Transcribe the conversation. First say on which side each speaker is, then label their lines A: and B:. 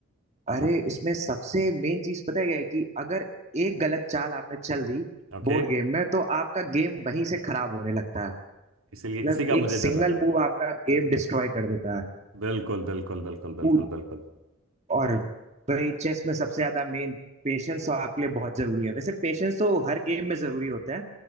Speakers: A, on the right; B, on the right.
A: अरे इसमें सबसे मेन चीज पता है क्या है कि अगर एक गलत चाल आपने चल दी
B: ओके
A: बोर्ड गेम में तो आपका गेम वहीं से खराब होने लगता है
B: इसलिए
A: मतलब
B: इसी का मुझे
A: एक सिंगल
B: डर लगता
A: मूव
B: है
A: आपका गेम डिस्ट्रॉय कर देता है
B: बिल्कुल बिल्कुल बिल्कुल
A: पूर-
B: बिल्कुल बिल्कुल
A: और वही चेस में सबसे ज्यादा मेन पेशेंस तो आपके लिए बहुत जरूरी है वैसे पेशेंस तो हर गेम में जरूरी होता है